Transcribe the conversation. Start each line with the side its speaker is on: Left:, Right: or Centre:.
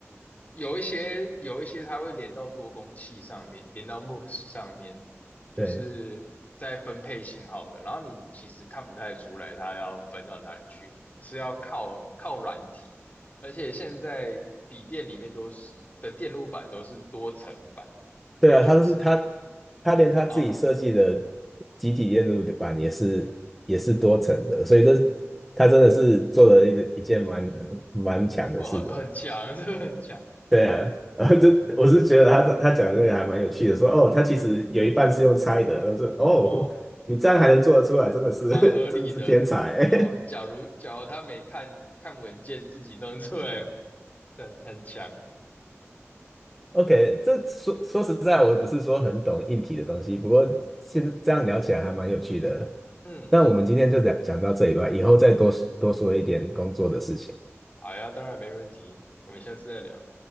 Left: 有一些有一些它会连到多工器上面，连到 MUX 上面，就是在分配信号的。
Centre: 对
Left: 然后你其实看不太出来它要分到哪里去，是要靠靠软体。而且现在笔电里面都是的电路板都是多层板，
Centre: 对啊，
Left: 也就是
Centre: 他就是他他连他自己设计的
Left: 哦，
Centre: 集体电路板也是也是多层的，所以这他真的是做了一个一件蛮蛮强的事。
Left: 哦，很很强，<laughs> 这个很强，
Centre: 对啊，<laughs> 然后这我是觉得他他讲这个还蛮有趣的，
Left: <laughs>
Centre: 说哦，他其实有一半是用猜的，他说哦，
Left: 哦，
Centre: 你这样还能做得出来，真的是
Left: 蛮合理的。
Centre: <laughs> 真的是天才。
Left: 哦，假如假如他没看看文件自己弄出来，很很强。
Centre: <laughs> OK，这说说实在，我也不是说很懂硬体的东西，不过现在这样聊起来还蛮有趣的。
Left: 嗯，
Centre: 那我们今天就讲讲到这里吧，以后再多多说一点工作的事情。
Left: 好呀，当然没问题，我们下次再聊。